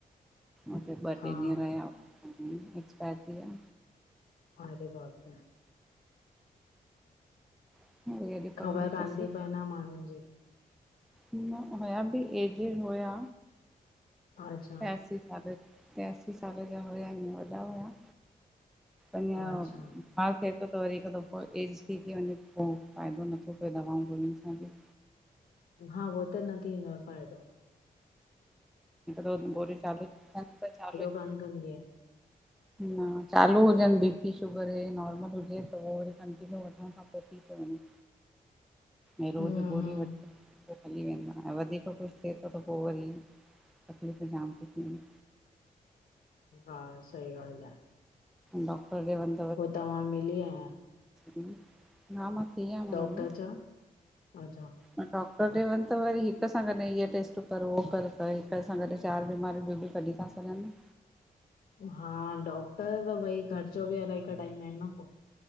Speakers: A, in the centre; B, on the left.
A: उते ॿ
B: हा
A: टे ॾींह रहिया एक्सपायर थी वया।
B: अरे बाप रे!
A: <unintelligible>
B: ख़बर कान
A: अथसि
B: थी पए न माण्हुनि जी।
A: हुअं हुया बि एजड हुया।
B: अच्छा
A: तियासि। साढे टियासी साले जा हुया ईं वॾा हुया अञा।
B: अच्छा
A: हा थिए थो त वरी हिकु दफ़ो एज थी थी वञे पोइ फ़ाइदो नथो पए दवाऊं गोरुंन सां बि।
B: हा ऊहो त न थींदो फ़ाइदो।
A: रोज गोरी चालूई तन त चालूई।
B: बंद कंदी आहियाँ।
A: न चालू हुजनि बीपी शुगर नॉर्मल त हो वरी हुजे कंटीन्यू वठां। खां पोइ थी थो वञे।
B: <inaudible>
A: ऐं रोजु
B: हम्म
A: गोरी
B: हम्म
A: वठ। उओ हली वेंदो आ ऐं वधीक कुछु थिए थो त पोइ वरी तकलीफ़ूं जाम थी थियनि।
B: हा सही ॻाल आ।
A: डॉक्टर ॾे वन।
B: पोइ तव्हां मिली आहियां।
A: हु। हा मां थी आयम उननि
B: डॉक्टर छा अच्छा
A: ॾे। डॉक्टर ॾे वञ त वरी हिक सां गॾु इअ टेस्टूं कर उो कर त हिक सां गॾु चारि बीमारियूं बियूं बि कढीूंॾ। सासाल में <unintelligible>
B: हा डॉक्टर भई ख़र्चो बि इलाही कढाईंदा आहिनि न पोइ।